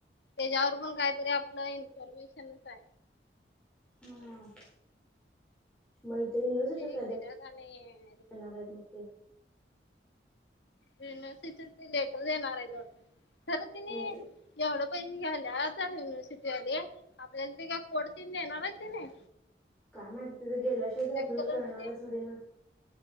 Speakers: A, on the left (about 85°); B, in the centre.
A: त्याच्यावर पण काहीतरी आपलं इन्फॉर्मेशनच आहे
B: हम् मैतरी निव्हस
A: ते
B: श
A: एक
B: कायध्या
A: दिल्यात आणि
B: येणार आहेत मग ते
A: युनिव्हर्सिटी ते लेटर देणार आहे तट खरं
B: ते
A: तिने एवढं पैसे घल्या आता युनिव्हर्सिटीमध्येध्ये आपल्यालीग कोडतीने न रायतने
B: काय माहिती तिथे गेल्याशिवायच आपल्याला
A: कलरच
B: कळणार
A: ते
B: आहे थोडी ना